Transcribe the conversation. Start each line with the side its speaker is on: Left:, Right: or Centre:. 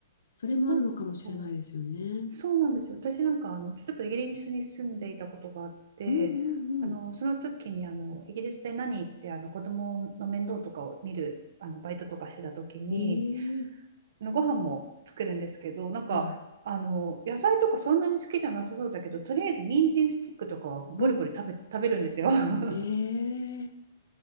Left: それもあるのかもしれないですよね。
Right: なんかそうなんですよ。私なんかあのちょっとイギリスに住んでいたことがあって、
Left: うんう
Right: あのその時にあのイギリスで何ってあの子供の面倒とかを見るあのバイトとかしてた時に
Left: んうん。ええ
Right: あのご飯も作るんですけど、なんかあの野菜とかそんなに好きじゃなさそうだけど、
Left: はい。
Right: とりあえず人参スティックとかはボリボリ食べ、
Left: うん。
Right: 食べるんですよ。<laughs>
Left: ええ